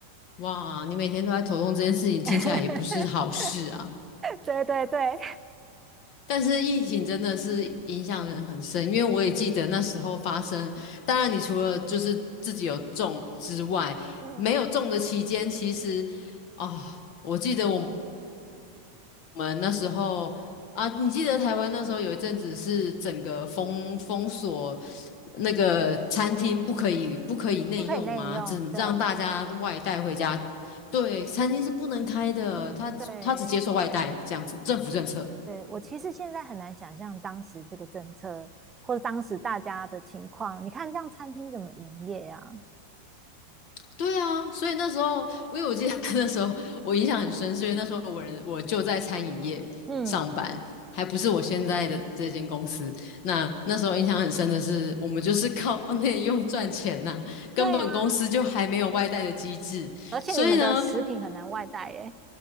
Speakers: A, on the left; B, on the right.
A: 哇，你每天都在头痛这件事情，听起来也不是好事啊。
B: <laughs> 对对对，
A: 但是疫情真的是影响人很深，因为我也记得那时候发生。当然，你除了就是自己有中之外，
B: 嗯，
A: 没有中的期间，其实啊、我记得我们那时候啊，你记得台湾那时候有一阵子是整个封封锁那个餐厅不可以不可以内用吗？
B: 不可以内用。
A: 只能让大家外带回家。
B: 对
A: 对，餐厅是不能开的，他他只接受外带这样子，
B: 对
A: 政府政策。
B: 对，我其实现在很难想象当时这个政策或者当时大家的情况。你看这样餐厅怎么营业啊？
A: 对啊，所以那时候，因为我记得 <laughs> 那时候我印象很深，是因为那时候我人我就在餐饮业上班，
B: 嗯
A: 还不是我现在的这间公司。那那时候印象很深的是，我们就是靠内用赚钱呐、根本公司就还没有外带的机制。
B: 对啊，而且你们的食品很难外带耶。
A: 所以呢，